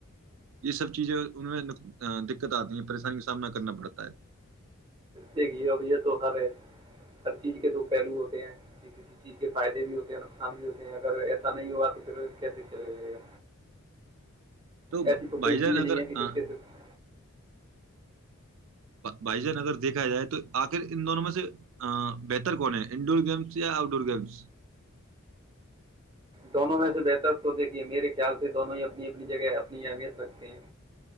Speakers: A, on the right (about 65°); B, on the right (about 20°).
A: یہ سب چیزیں ان میں دقت آتی ہیں پریشانی کا سامنا کرنا پڑتا ہے
B: دیک یہ اب یہ تو ہر ہے ہر چیز کے تو پہلو ہوتے ہیں کہ کسی چیز کے فائدے بھی ہوتے ہیں نقصان بھی ہوتے ہیں اگر ایسا نہیں ہوا پر کیسے چلا جائے گا
A: تو
B: ایسی
A: بھائی
B: کوئی
A: جان
B: چیز
A: اگر
B: نہیں ہے کہ
A: آ
B: جس
A: ہ
B: کے صرف
A: بھائی جان اگر دیکھا جائے تو آخر ان دونوں میں سے ا بہتر کون ہے انڈور گیمس یا آؤٹ ڈور گیمس
B: دونوں میں سے بہتر تو دیکھیے میرے خیال سے دونوں ہی اپنی اپنی جگہ اپنی اہمیت رکھتے ہیں